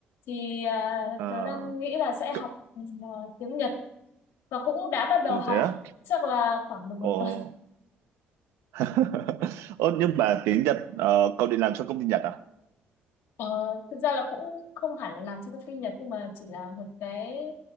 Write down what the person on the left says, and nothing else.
thì à,
tớ đang nghĩ là sẽ
học ừ, tiếng Nhật và cũng đã bắt đầu
học
chắc là khoảng được một
tuần
Ờ, thực ra là cũng không hẳn là làm cho công ty Nhật nhưng mà chỉ là một cái